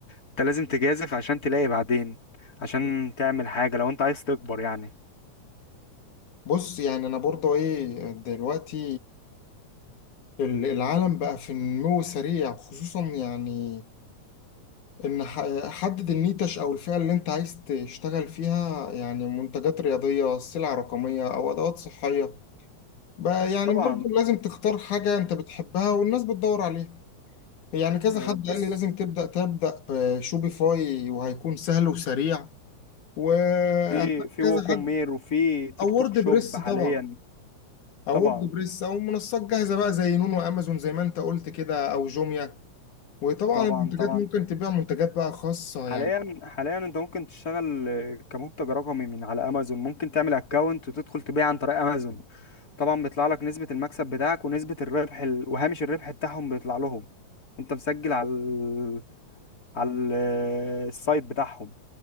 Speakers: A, on the left; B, on the left.
A: انت لازم تجازف عشان تلاقي بعدين عشان تعمل حاجه لو انت عايز تكبر يعني
B: بص يعني انا برضو ايه دلوقتي آه، ال- العالم بقى في نمو سريع خصوصا يعني ان ح- حدد النيتش او الفئة اللي انت عايز تشتغل فيها يعني منتجات رياضية سلع رقمية او ادوات صحية بقى يعني
A: طبعا
B: برضو لازم
A: ب-
B: تختار حاجة انت بتحبها والناس بتدور عليها يعني كذا
A: آه،
B: حد
A: بص
B: قال لي لازم تبدأ تبدأ بشوبيفاي وهيكون سهل وسريع وكذا
A: في في ووكومير
B: حد
A: وفي تيك
B: او
A: توك
B: وورد
A: شوب
B: بريس
A: حاليا
B: طبعا او
A: طبعا
B: وورد بريس او منصات جاهزه بقى زي نون وامازون زي ما انت قلت كده او جوميا وطبعا
A: طبعا
B: المنتجات
A: طبعا
B: ممكن تبيع منتجات بقى خاصه
A: حاليا
B: يعني
A: حاليا انت ممكن تشتغل آه، كمنتج رقمي من على امازون ممكن تعمل اكونت وتدخل تبيع عن طريق امازون طبعا بيطلع لك نسبة المكسب بتاعك ونسبة الربح ال... وهامش الربح بتاعهم بيطلع لهم وانت مسجل على ال... على ال... السايت بتاعهم